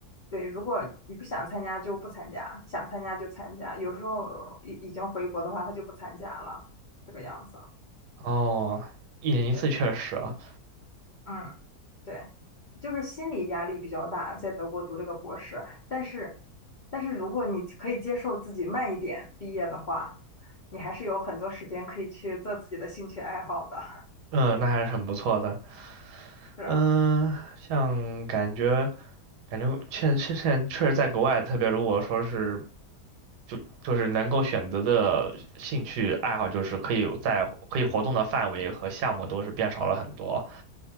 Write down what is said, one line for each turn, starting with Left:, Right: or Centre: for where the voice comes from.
Left: 对，如果你不想参加就不参加，想参加就参加，有时候已已经回国的话，他就不参加了，这个样子，
Right: 哦，一年一次确实啊，
Left: 对，嗯，对，就是心理压力比较大，在德国读这个博士，但是但是如果你可以接受自己慢一点毕业的话，你还是有很多时间可以去做自己的兴趣爱好的，
Right: 嗯，那还是很不错的。
Left: <laughs> 是啊。
Right: 嗯，像感觉感觉现现现在确实在国外，特别如果说是就就是能够选择的兴趣爱好，就是可以在可以活动的范围和项目都是变少了很多。